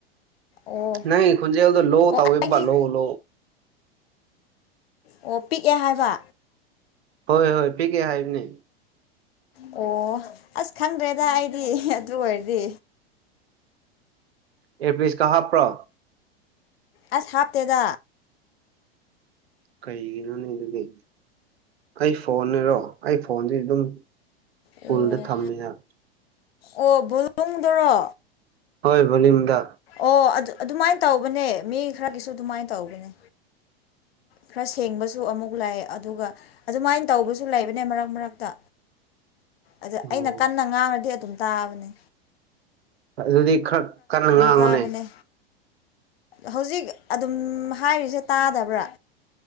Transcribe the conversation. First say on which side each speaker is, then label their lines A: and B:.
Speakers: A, on the left (about 70°); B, on the right (about 80°).
A: ꯑꯣ
B: ꯅꯪꯒꯤ ꯈꯣꯟꯖꯦꯜꯗꯣ ꯂꯣ
A: ꯑꯣ
B: ꯇꯧꯋꯦꯕ
A: ꯑꯩꯒꯤ
B: ꯂꯣ ꯂꯣ
A: ꯑꯣ ꯄꯤꯛꯑꯦ ꯍꯥꯏꯕ
B: ꯍꯣꯏ ꯍꯣꯏ ꯄꯤꯑꯦ ꯍꯥꯏꯕꯅꯦ <inaudible>
A: ꯑꯣ ꯑꯁ ꯈꯪꯗ꯭ꯔꯦꯗ ꯑꯩꯗꯤ ꯑꯗꯨ ꯑꯣꯏꯔꯗꯤ
B: ꯏꯔꯄꯤꯁꯀ ꯍꯥꯞꯄ꯭ꯔꯣ
A: ꯑꯁ ꯍꯥꯞꯇꯦꯗ
B: ꯀꯩꯒꯤꯅꯣꯅꯦ ꯑꯗꯨꯗꯤ ꯑꯩ ꯐꯣꯟꯅꯦꯔꯣ ꯑꯩ ꯐꯣꯟꯗꯤ ꯑꯗꯨꯝ ꯄꯨꯜꯗ
A: ꯑꯣ
B: ꯊꯝꯃꯦꯌꯥ
A: ꯑꯣ ꯚꯣꯂꯨꯝꯗꯨꯔꯣ
B: ꯍꯣꯏ ꯚꯣꯂꯨꯝꯗ
A: ꯑꯣ ꯑꯗꯨ ꯑꯗꯨꯃꯥꯏꯟ ꯇꯧꯕꯅꯦ ꯃꯤ ꯈꯔꯒꯤꯁꯨ ꯑꯗꯨꯃꯥꯏ ꯇꯧꯕꯅꯦ ꯈꯔ ꯁꯦꯡꯕꯁꯨ ꯑꯃꯨꯛ ꯂꯥꯛꯑꯦ ꯑꯗꯨꯒ ꯑꯗꯨꯃꯥꯏꯟ ꯇꯧꯕꯁꯨ ꯂꯩꯕꯅꯦ ꯃꯔꯛ ꯃꯔꯛꯇ
B: <inaudible>
A: ꯑꯗ
B: ꯑꯣ
A: ꯑꯩꯅ ꯀꯟꯅ ꯉꯥꯡꯔꯗꯤ ꯑꯗꯨꯝ ꯇꯥꯕꯅꯤ
B: ꯑꯗꯨꯗꯤ ꯈꯔ ꯀꯟꯅ ꯉꯥꯡꯉꯨꯅꯦ
A: ꯀꯥꯕꯅꯦ ꯍꯧꯖꯤꯛ ꯑꯗꯨꯝ ꯍꯥꯏꯔꯤꯁꯦ ꯇꯥꯗꯕ꯭ꯔꯥ